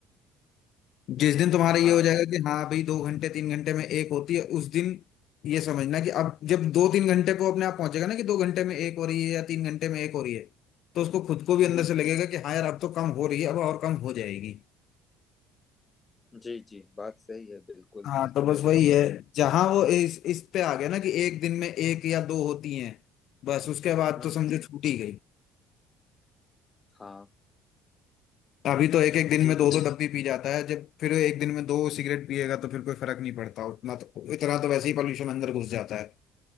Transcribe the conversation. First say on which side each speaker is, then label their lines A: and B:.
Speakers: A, on the left; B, on the left.
A: जिस दिन तुम्हारा ये
B: हाँ
A: हो जाएगा कि हाँ भाई दो घंटे तीन घंटे में एक होती है उस दिन ये समझना कि अब जब दो तीन घंटे को अपने आप पहुंचेगा ना कि दो घंटे में एक हो रही है या तीन घंटे में एक हो रही है तो उसको खुद को भी अंदर
B: हम्म,
A: से लगेगा कि हाँ यार अब तो कम हो रही है अब और कम हो जाएगी
B: जी जी बात सही है बिल्कुल
A: हाँ तो
B: मैं
A: बस
B: सहमत
A: वही है जहां वो इस इस पे आ गया ना कि एक दिन में एक या दो होती हैं बस उसके बाद
B: हूँ
A: तो समझो छूट ही गई
B: हाँ
A: अभी तो एक एक दिन
B: जी
A: में दो दो डब्बी पी जाता है जब फिर एक दिन में दो सिगरेट पिएगा तो फिर कोई फर्क नहीं पड़ता उतना तो इतना तो वैसे ही पॉल्यूशन अंदर घुस जाता है